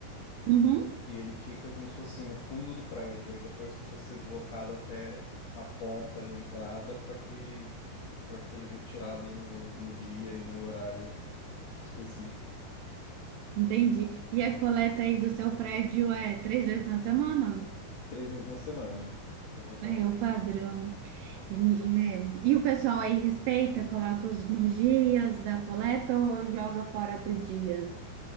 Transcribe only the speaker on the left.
E ele fica como se fosse assim, no fundo do prédio, aí depois precisa ser deslocado até a porta de entrada para que, para que seja retirado no, no dia e no horário específico,
três vezes na semana. Exatamente.